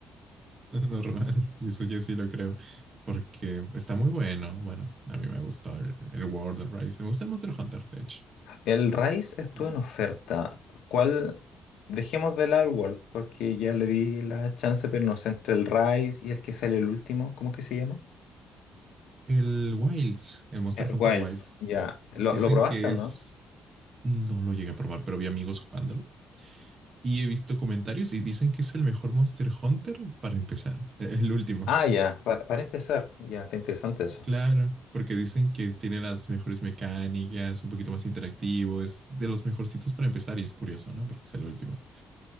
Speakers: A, on the right; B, on the left.
A: <laughs> Normal. Y eso yo sí lo creo. Porque está muy bueno. Bueno, a mí me gustó el, el World, el Rise. Me gusta el Monster Hunter, de hecho.
B: El Rise estuvo
A: Mm.
B: en oferta. ¿Cuál? Dejemos de lado el World, porque ya le di la chance, pero no sé, entre el Rise y el que sale el último, ¿cómo que se llama?
A: El Wilds, el Monster
B: Eh,
A: Hunter
B: Wilds,
A: Wilds,
B: ya. ¿Lo,
A: dicen
B: lo probaste
A: que
B: o no?
A: es, no lo llegué a probar, pero vi amigos jugándolo y he visto comentarios y dicen que es el mejor Monster Hunter para empezar, el el último.
B: Ah,
A: <laughs>
B: ya, para, para empezar, ya, está interesante eso.
A: Claro, porque dicen que tiene las mejores mecánicas, un poquito más interactivo, es de los mejorcitos para empezar y es curioso, ¿no? Porque es el último.